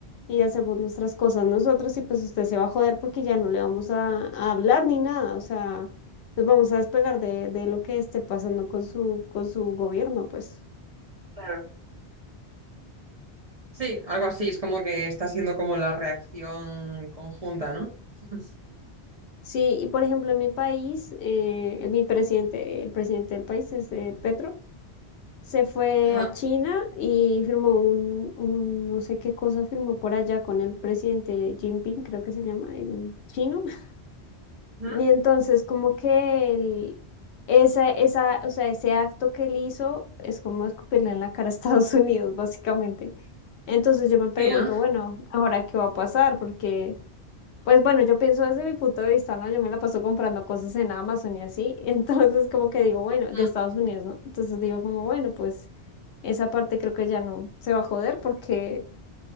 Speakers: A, on the left; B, on the right.
A: y hacemos nuestras cosas nosotros y pues usted se va a joder porque ya no le vamos a, a hablar ni nada. O sea, nos vamos a despegar de, de lo que esté pasando con su, con su gobierno, pues.
B: claro. Sí, algo así, es como que está siendo como la reacción conjunta, ¿no? <laughs>
A: Sí, y por ejemplo en mi país, eh, mi presidente, el presidente del país es eh, Petro. se fue
B: Ajá.
A: a China y firmó un, un no sé qué cosa firmó por allá con el presidente Jinping, creo que se llama, el chino. <laughs>
B: Ujú.
A: Y entonces como que el, esa, esa, o sea, ese acto que él hizo es como escupirle en la cara a Estados <laughs> Unidos, básicamente. Entonces yo me pregunto,
B: Sí, ¿no?
A: bueno, ¿ahora qué va a pasar? Porque... Pues bueno, yo pienso desde mi punto de vista, ¿no? Yo me la paso comprando cosas en Amazon y así, <laughs> entonces como que digo, bueno, de
B: Mm,
A: Estados Unidos, ¿no? Entonces digo como, bueno, pues esa parte creo que ya no se va a joder porque,